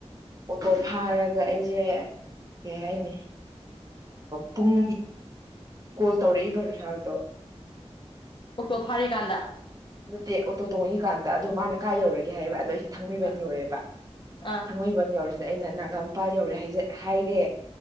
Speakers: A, on the right; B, on the left.
A: ꯑꯣꯇꯣ ꯐꯥꯔꯒ ꯑꯩꯁꯦ ꯀꯩ ꯍꯥꯏꯅꯤ ꯄꯨꯡ ꯀꯣꯜ ꯇꯧꯔꯛꯏꯕ ꯔꯨꯁꯥꯜꯗꯣ
B: ꯑꯣꯛꯇꯣ ꯐꯥꯔꯤꯀꯥꯟꯗ
A: ꯅꯠꯇꯦ ꯑꯣꯇꯣ ꯇꯣꯡꯉꯤꯀꯥꯟꯗ ꯑꯗꯣ ꯃꯥꯅ ꯀꯥꯏ ꯌꯧꯔꯒꯦ ꯍꯥꯏꯕ ꯑꯗꯣ ꯑꯩ ꯊꯥꯡꯃꯩꯕꯟ
B: ꯑꯥ
A: ꯌꯧꯔꯦꯕ
B: ꯑꯥ
A: ꯊꯥꯡꯃꯩꯕꯟ ꯌꯧꯔꯤꯁꯤꯗ ꯑꯩꯅ ꯅꯥꯒꯥꯃꯄꯥꯟ ꯌꯧꯔꯦ ꯍꯥꯏ ꯍꯥꯏꯔꯦ